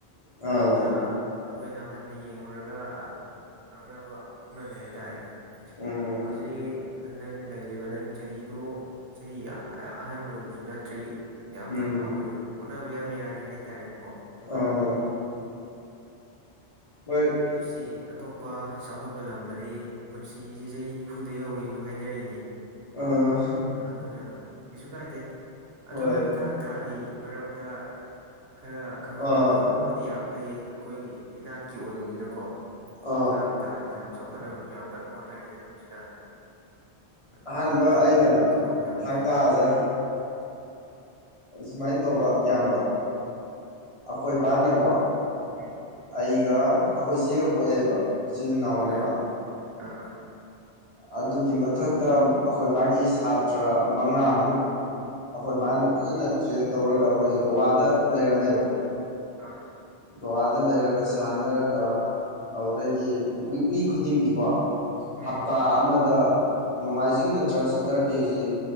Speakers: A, on the left; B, on the right.
A: ꯑꯥꯎ
B: ꯑꯗꯨꯗ ꯑꯩꯈꯣꯏꯅ ꯍꯟꯅ ꯌꯦꯡꯨꯔꯒ ꯑꯗꯨ ꯅꯨꯡꯅꯥꯡꯅꯕ ꯍꯧꯅꯗꯦ ꯍꯥꯏꯇꯥꯔꯦ
A: ꯎꯝ
B: ꯍꯧꯖꯤꯛ ꯅꯪ ꯂꯩꯔꯤꯕ ꯅꯪ ꯆꯍꯤꯗꯣ ꯆꯍꯤ ꯌꯥꯝ ꯑꯍꯟ ꯑꯣꯏꯕꯁꯨ ꯅꯠꯇ꯭ꯔꯤ ꯌꯥꯝ
A: ꯎꯝ
B: ꯅꯍꯥ ꯑꯣꯏꯔꯤ ꯍꯣꯠꯅꯕ ꯌꯥꯝ ꯌꯥꯔꯤ ꯍꯥꯏꯇꯥꯔꯦꯀꯣ
A: ꯑꯥ <unintelligible>
B: ꯁꯤ ꯑꯇꯣꯞꯄ ꯆꯥꯎꯈꯠꯄ ꯂꯝꯗꯗꯤ ꯄꯨꯟꯁꯤꯁꯦ ꯆꯍꯤ ꯅꯤꯐꯨꯗꯩ ꯍꯧꯋꯦꯕ ꯍꯥꯏꯅꯔꯤꯅꯤ
A: ꯑꯥ
B: ꯑꯗꯨꯅ ꯀꯩꯁꯨ ꯀꯥꯏꯗꯦ ꯑꯗꯨ
A: ꯍꯣꯏ
B: ꯅꯪ ꯊꯥꯡ ꯇꯥꯒꯤ ꯃꯔꯝꯗ ꯈꯔ ꯈꯪꯉꯝꯕꯗꯣ
A: ꯑꯥ
B: ꯑꯗꯨꯃꯥꯗꯤ ꯌꯥꯝ ꯐꯩꯌꯦ ꯑꯩꯈꯣꯏꯒꯤ ꯏꯅꯥꯠꯀꯤ ꯑꯣꯏꯕꯅꯤꯅꯀꯣ
A: ꯑꯥ
B: ꯥꯊꯥꯡ ꯇꯥ ꯁꯦ ꯌꯥꯝ ꯆꯥꯎꯈꯠꯅꯕꯁꯨ ꯌꯥꯝ ꯀꯟꯅ ꯍꯣꯠꯅꯔꯤꯗꯅ ꯍꯧꯖꯤꯛꯀꯥꯟꯗꯤ
A: ꯑꯍꯥꯟꯕ
B: ꯑꯗꯨꯒꯤ ꯃꯇꯥꯡ
A: ꯑꯩꯅ
B: ꯌꯥꯝ ꯈꯪꯉꯕꯗꯨ ꯌꯥꯝ ꯐꯩ
A: <unintelligible> ꯁꯨꯃꯥꯏꯅ ꯇꯧꯕ ꯏꯌꯥꯝꯕꯥ
B: ꯎꯝ <unintelligible>
A: ꯑꯈꯣꯏ ꯕꯥ ꯅꯀꯣ
B: ꯎꯝ
A: ꯑꯩꯒ ꯑꯩꯈꯣꯏ ꯏꯆꯦꯒ ꯄꯣꯛꯑꯦꯕ ꯏꯆꯤꯜ ꯏꯅꯥꯎꯅꯦꯕ
B: ꯍꯣꯏ ꯑꯥ
A: ꯑꯗꯨꯒꯤ ꯃꯊꯛꯇ ꯑꯩꯈꯣꯏꯕꯥꯒꯤ ꯁꯥꯇ꯭ꯔ ꯃꯉꯥꯃꯨꯛ ꯑꯩꯈꯣꯏ ꯕꯥꯅ ꯐꯖꯅ ꯇ꯭ꯔꯦꯟ ꯇꯧꯔꯒ ꯑꯩꯈꯣꯏꯁꯦ ꯒꯋꯥꯗ ꯂꯩꯔꯝꯃꯦꯕ
B: ꯑꯥ
A: ꯒꯣꯋꯥꯗ ꯂꯩꯔꯒ ꯁꯥꯟꯅꯔꯒ ꯑꯗꯨꯗꯒꯤ ꯋꯤꯛꯂꯤ ꯈꯨꯗꯤꯡꯒꯤꯀꯣ
B: ꯎꯝ
A: ꯍꯞꯇꯥ ꯑꯃꯗ ꯅꯣꯡꯃꯥꯏꯖꯤꯡ ꯅꯠꯇ꯭ꯔꯒ ꯁꯇꯔꯗꯦꯁꯤ